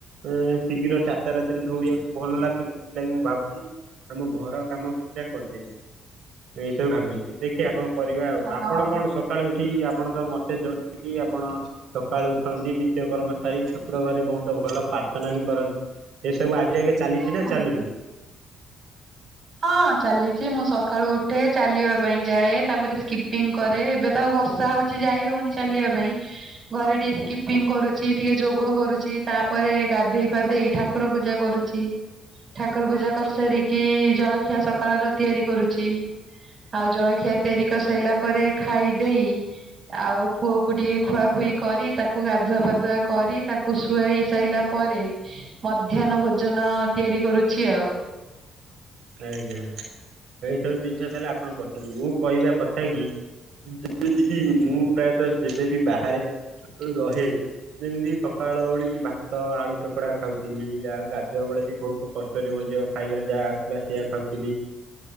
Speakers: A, on the right; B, on the right.
A: ଏଁ ଶୀଘ୍ର ଚାରିଟା ରାତିରେ ଦୌଡିବାକୁ ଭଲ ଲାଗୁନି ସେଥିଲାଗି ମୁଁ ଭାବୁଛି। ଆମ ଘର କାମ କିଛିଟା କରିଦେବି ମୁଁ ଏଇସବୁ ଭାବୁଛି ଦେଖିବା ଆପଣ
B: ସେଇଟା
A: କରିବା
B: ବି
A: ଆଉ
B: ଭଲ
A: ଆ ଆପଣ
B: ହବ
A: କଣ ସକାଳୁ ଉଠି ଆ ଆପଣ ତ ମତେ ଜଣା କି ଆପଣ ସକାଳୁ ଉଠନ୍ତି ନିିତ୍ୟ କର୍ମ ସାରି ଠାକୁର ଘରେ ବହୁତ ଭଲ ପା ପ୍ରାର୍ଥନା ବି କରନ୍ତି ଏ ସବୁ ଆଜି ଯାଙ୍କେ ଚାଲିଛି
B: ହଁ।
A: ନା ଚାଲିନି?
B: ହଁ ଚାଲିଛି ମୁଁ ସକାଳୁ ଉଠେ ଚାଲିବା ପାଇଁ ଯାଏ ତାପରେ ସ୍କିପିଙ୍ଗ କରେ ଏବେ ତ ଆଉ ବର୍ଷା ହଉଛି ଯାଇ ହଉନି ଚାଲିବା ପାଇଁ ଘରେ ଟିକେ ସ୍କିପିଙ୍ଗ କରୁଛି ଟିକେ ଯୋଗ କରୁଛି ତାପରେ ଗାଧେଇ ପାଧେଇ ଠାକୁର ପୂଜା କରୁଛି ଠାକୁର ପୂଜା କରିସାରିକି। ଜଳଖିଆ ସକାଳର ତିଆରି କରୁଛି। ଆଉ ଜଳଖିଆ ତିଆରି କରିସାରିଲା ପରେ ଖାଇ ଦେଇ ଆଉ ପୁଅକୁ ଟିକେ ଖୁଆଖୁଇ ଇ କରି ତାକୁ ଗାଧୁଆ ପାଧୁଆ କରି ତାକୁ ଶୁଆଇ ସାଇଲା ପରେ ମଧ୍ୟାନ ଭୋଜ ଜନ ତିଆରି କରୁଛି ଆଉ।
A: ଆଜ୍ଞା ଏଇ ସବୁ ଜିନିଷ ତାହଲେ ଆପଣ କରିଛନ୍ତି ମୁଁ କହିବା କଥା କି। ଇ ଯେମିତି କିି ମୁଁ ପ୍ରାୟତ ଯେବେ ବି ବାହାରେ ର-ରହେ। ଯେମିତି ସକାଳ ଓଳି ଭାତ, ଆଳୁ ଚକଡ଼ା ଖାଉଥିଲି ଆଉ ଗାଧୁଆ ବେଳେ ବି ବହୁତ କଷ୍ଟରେ ଯୋ ଖାଇବା ଯାହା ହଉଥିଲା ସେୟା ଖାଉଥିଲି।